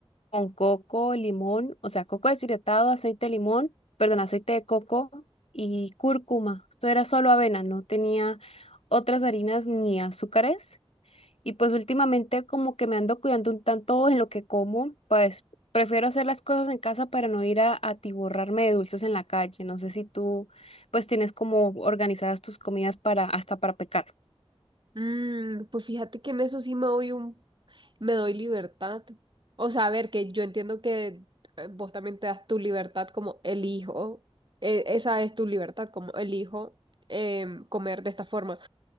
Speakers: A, on the left; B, on the right.
A: con, coco, limón, o sea, coco deshidratado, aceite de limón, perdón, aceite de coco y cúrcuma. Esto era solo avena, no tenía otras harinas ni azúcares. Y pues últimamente como que me ando cuidando un tanto en lo que como, pues prefiero hacer las cosas en casa para no ir a atiborrarme de dulces en la calle. No sé si tú pues tienes como organizadas tus comidas para hasta para pecar.
B: Mm, pues fíjate que en eso sí me doy un, me doy libertad. O sea, a ver, que yo entiendo que eh, vos también te das tu libertad como elijo, eh, esa es tu libertad como elijo em, comer de esta forma.